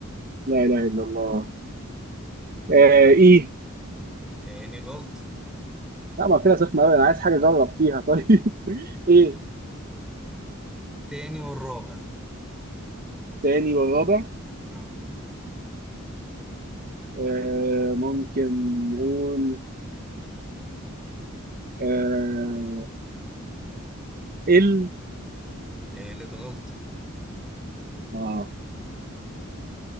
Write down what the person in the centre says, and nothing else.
تاني غلطة
تاني والرابع
اه
تالت غلطة